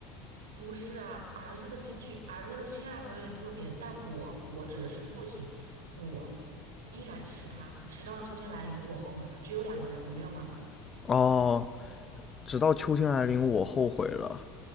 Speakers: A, on the right (about 90°); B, on the left (about 30°).
A: 不是啊，儿子的兴趣，儿子的新爱好有点特别，但我我指的是父亲，我依然支持他，直到秋天来临，我后悔了，只有两个人，物，没有妈妈，
B: 哦，直到秋天来临，我后悔了。